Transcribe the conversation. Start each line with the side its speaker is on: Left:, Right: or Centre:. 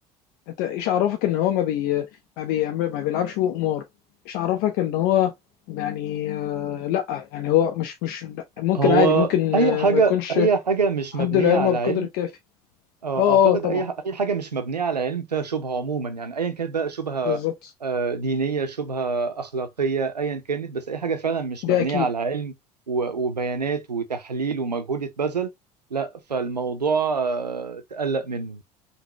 Left: انت ايش عرفك ان هو ما بي ما بيعمل ما بيلعبش بقمار ايش عرفك ان هو يعني آه، لا يعني هو مش مش لأ، ممكن
Right: هو
Left: عادي ممكن
Right: اي
Left: آه،
Right: حاجة
Left: ما يكونش
Right: اي حاجة مش
Left: عنده
Right: مبنية
Left: العلم
Right: على
Left: بقدر
Right: علم
Left: الكافي
Right: آه،
Left: اه
Right: اعتقد
Left: اه طبعا
Right: اي ح- اي حاجه مش مبنيه على علم فيها شبهه عموما يعني ايا كانت بقى شبهه
Left: بالظبط
Right: آه، دينيه شبهه اخلاقيه ايا كانت بس اي حاجه فعلا مش
Left: ده
Right: مبنيه
Left: اكيد
Right: على علم و- وبيانات وتحليل ومجهود اتبذل لا فالموضوع آه، تقلق منه